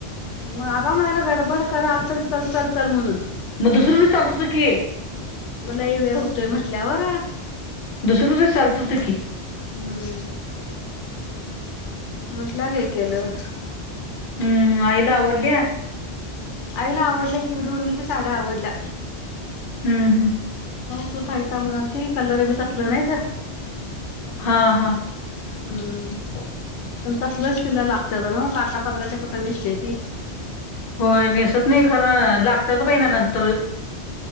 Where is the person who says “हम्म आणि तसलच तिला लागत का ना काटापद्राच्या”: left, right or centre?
Left